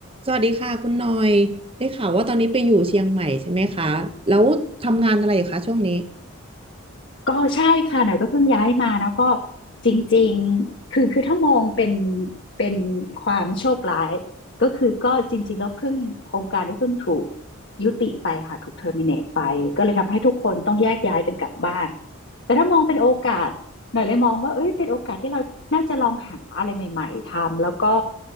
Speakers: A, on the right; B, on the left.
A: สวัสดีค่ะคุณหน่อยได้ข่าวว่าตอนนี้ไปอยู่เชียงใหม่ใช่ไหมคะแล้วทำงานอะไรอยู่คะช่วงนี้
B: ก็ใช่ค่ะหน่อยก็เพิ่งย้ายมาแล้วก็จริงๆคือคือถ้ามองเป็นเป็นความโชคร้ายก็คือก็จริงๆแล้วเพิ่งโครงการได้เพิ่งถูกยุติไปค่ะถูกเทอร์มิเนตไปก็เลยทำให้ทุกคนต้องแยกย้ายกันกลับบ้านแต่ถ้ามองเป็นโอกาส หน่อยเลยมองว่าเอ้ยเป็นโอกาสที่เราน่าจะลองหาอะไรใหม่ๆทำแล้วก็